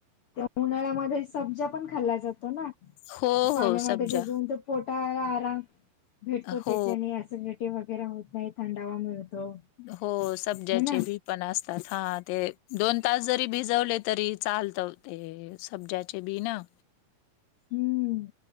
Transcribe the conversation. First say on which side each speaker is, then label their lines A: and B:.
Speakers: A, on the left; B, on the left.
A: ते उन्हाळ्यामध्ये सब्जा पण खाल्ला जातो ना
B: हो
A: पाण्यामध्ये
B: हो सब्जा
A: भिजून ते पोटाला आराम भेटतो
B: हो
A: त्याच्याने सिडिटी वगैरे होत नाही थंडावा मिळतो
B: हो सब्जाचे
A: हे ना
B: बी पण असतात हा ते दोन तास जरी भिजवले तरी चालतंय ते सब्ज्याचे बी ना
A: हम्म